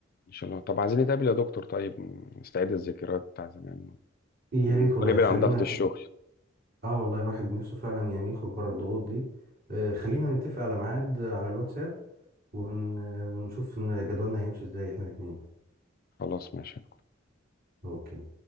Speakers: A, on the left (about 50°); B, on the right (about 50°).
A: ان شاء الله طب عايزين نتقابل يا دكتور طيب نستعيد الذكريات بتاع زمان
B: يا ريت والله
A: ونبعد
B: خلينا
A: عن ضغط
B: ف-
A: الشغل
B: اه والله الواحد نفسه فعلا يعني يخرج بره الضغوط دي آه، خلينا نتفق على ميعاد آه، على الواتساب ون... ونشوف إن جدولنا هيمشي ازاي احنا الاتنين
A: خلاص ماشي
B: اوكي